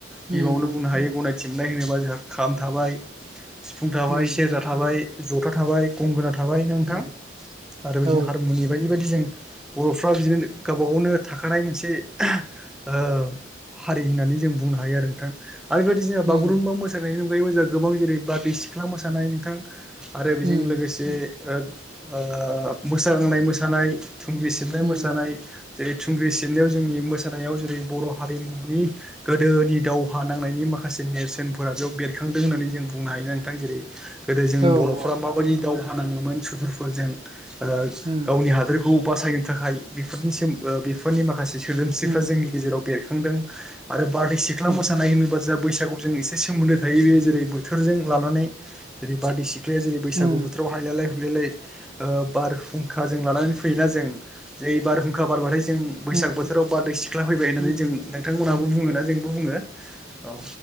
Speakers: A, on the right; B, in the centre.
A: उम
B: गिबियावनो बुंनो हायो गनायथि मोननाय होनोबा जोंहा खाम थाबाय सिफुं थाबाय
A: उम
B: सेरजा थाबाय जथा थाबाय गंगोना थाबाय ना नोंथां
A: उम
B: आरो बेजों
A: औ
B: हारमुनि बायदि बेबायदि जों बर'फ्रा बिदिनो गावबा गावनो थाखानाय मोनसे ओ हारि होननानै जों बुंनो हायो आरो नोंथां। आरो बेबायदि जोंहा
A: उम
B: बागुरुम्बा मोसानायनि अनगायैबो जोंहा गोबां जेरै बारादै सिख्ला मोसानाय नोंथां। आरो बेजों
A: उम
B: लोगोसे ओ ओ मोसाग्लांनाय मोसानाय। थुंग्रि सिबनाय
A: उम
B: मोसानाय जेरै थुंग्रि सिबनायाव जोंनि मोसानायाव जेरै बर' हारिमुनि गोदोनि दावहा नांनायनि माखासे नेरसोनफोरा बेयाव बेरखांदों होननानै जों बुंनो हायोना नोंथां जेरै गोदो जों
A: औ
B: बर'फोरा
A: औ
B: माबायदि दावहा नाङोमोन सुथुरफोरजों ओ
A: उम
B: गावनि हादोरखौ बासायनो थाखाय बेफोरनि सोम ओ बेफोरनि माखासे सोदोमस्रिफ्रा
A: उम
B: जोंनि गेजेराव बेर खांदों आरो बारदै सिख्ला
A: उम
B: मोसानाय होनोबा जा बैसागुजों एसे सोमोन्दो थायो बे जेरै बोथोरजों लानानै जेरै बरदैसि ख्लाया जेरै बैसागु
A: उम
B: बोथोराव हायलालाय हुयलालाय ओ बारहुंखा जों लानानै फैयोना जों जै बारहुंखा बारबाथाय जों बैसाग
A: उम
B: बोथोराव बारदैै सि ख्ला फैबाय होननानै जों नोंथांमोनाबो बुङोना जोंबो बुङो औ।